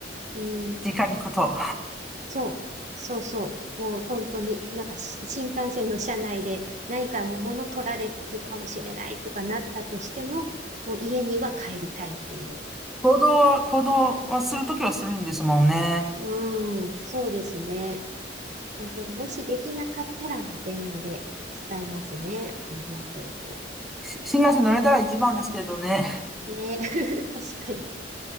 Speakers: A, on the right (about 40°); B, in the centre.
A: うん。
B: 実家に行くと。
A: そう、そうそう。もう本当に、なんかし新幹線の車内で何かもう物取られるかもしれないとかなったとしても、もう家には帰りたいっていう。
B: 行動は、行動はするときはするんですもんね。
A: うん、そうですね。まあそうもしできなかったらもう電話で伝えますね。ありがとうって。
B: し新幹線乗れたら一番ですけどね。
A: ね。<laughs> 確かに。